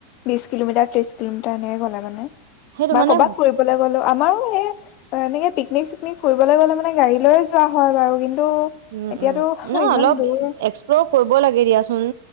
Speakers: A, on the left; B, on the right.
A: বিশ কিলোমিটাৰ ত্ৰিশ কিলোমিটাৰ এনেকে গলে মানে
B: সেইটো
A: বা
B: মানে
A: কৰ'বাত ফুৰিবলৈ গলে আমাৰো সেই অ এনেকে পিকনিক চিকনিক ফুৰিলৈ গ'লে মানে গাড়ী লয় যোৱা হয় বাৰু কিন্তু
B: উম
A: এতিয়াতো
B: উম ন
A: ইমান
B: অলপ
A: দূৰ
B: এক্সপ্লৰ কৰিব লাগে দিয়াচোন